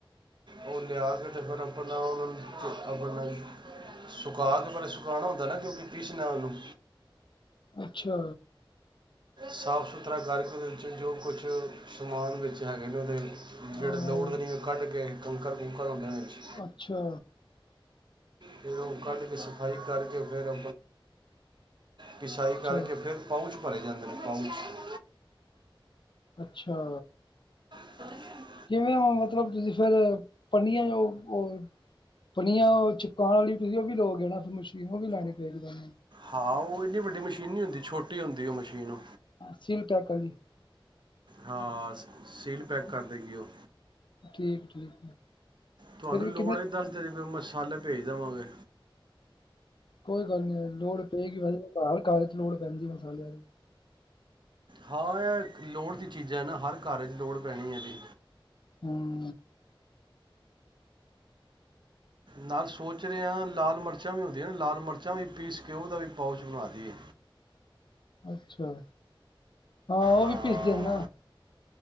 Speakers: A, on the right (about 60°); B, on the left (about 60°).
A: ਉਹ ਲਿਆ ਕੇ ਤੇ ਫੇਰ ਆਪਣਾ ਉਹੂੰ <unintelligible> ਆਪਣਾ ਸੁਕਾਾ ਕੇ ਫੇਰ ਸੁ ਪਕਾਉਣਾ ਹੁੰਦਾ ਨਾ ਤੁਸੀਂ ਪੀਸ਼ਸ਼ਨ ਨੂੰ
B: ਅੱਛਾ।
A: ਸਾਫ ਸੁਥਰਾ ਕਰਕੇ ਉਹਦੇ ਵਿੱਚ ਜੋ, ਕੁਛ ਸਮਾਨ ਵਿੱਚ ਹੈਗੇ ਨੇ, ਉਹਦੇ।
B: ਅ
A: ਜਿਹੜੇ ਦੌੜਦੇ ਨਹੀਂ ਉਹ ਕੱਢ ਕੇ। ਕੰਕਰ- ਕੁਕਰ ਹੋਦੇ ਨੇ ਵਿੱਚ।
B: ਅੱਛਾ।
A: ਫੇਰ ਉਹ ਕੱਢ ਕੇ ਸਫਾਈ ਕਰਕੇ ਫੇਰ ਪਿਸਾਈ
B: ਅੱਛਾ
A: ਕਰਕੇ ਫੇਰ। ਪਊਚ ਭਰੇ ਜਾਂਦੇ ਨੇ ਪਊਚ।
B: ਅੱਛਾ।
A: ਹ <unintelligible>
B: ਕਿਵੇਂ, ਮਤਲਬ ਤੁਸੀਂ ਫੇਰ, ਪਨੀਆਂ ਉਹ, ਉਹ। ਪਨੀਆ ਉਹ, ਚਿਪਕਾਉਣ ਵਾਲੀ, ਤੁਸੀਂ ਉਹ ਵੀ ਦੇਉਗੇ ਨਾ, ਫੇਰ ਮਸ਼ੀਨ। ਉਹ ਵੀ ਲੈਣੀ ਪਏਗੀ ਫੇਰ ਸਾਨੂੰ।
A: ਹਾ, ਉਹ ਇੰਡੀ ਵੱਡੀ ਮਸ਼ੀਨ ਨਹੀਂ ਹੁੰਦੀ। ਛੋਟੀ ਹੁੰਦੀ ਉਹ ਮਸ਼ੀਨ।
B: ਸਿਲ, ਪੈਕ ਅਲੀ।
A: ਹਾਂ, ਸੀਲ ਪੈਕ, ਕਰ ਦੇਗੀ ਉਹ।
B: ਠੀਕ, ਠੀਕ।
A: ਤੁਹਾਨੂੰ
B: ਫਿਰ ਵੀ
A: ਲੋੜ
B: ਕਿੰਨੇ
A: ਇਹ ਦੱਸਦੇ ਦਵੀ ਮਸਾਲੇ ਭੇਜ ਦੇਵਾਂਗੇ।
B: ਕੋਈ ਗੱਲ ਨੀ ਲੋੜ ਪਏਗੀ ਹੁਣ ਘਰ। ਘਰ ਚ ਲੋੜ ਪੈਂਦੀ ਮਸਾਲਿਆਂ ਦੀ।
A: ਹਾਂ, ਇਹ ਲੋੜ ਦੀ ਚੀਜ਼ਾਂ ਨਾ, ਹਰ ਘਰ ਚ ਲੋੜ ਪੈਣੀ ਹੈ ਇਹਦੀ।
B: ਹੂੰ।
A: ਨਾਲ ਸੋਚ ਰਿਹਾ ਹਾਂ, ਲਾਲ ਮਿਰਚਾਂ ਵੀ ਹੁੰਦੀਆਂ ਨਾ ਲਾਲ ਮਿਰਚਾਂ ਵੀ, ਪੀਸ ਕੇ ਉਹਦਾ ਵੀ ਪਾਊਚ ਬਣਾ ਦੀਈਏ।
B: ਅੱਛਾ, ਹਾਂ ਉਹ
A: ਹਾਂ
B: ਵੀ ਪਿਸਦੇ ਨਾ।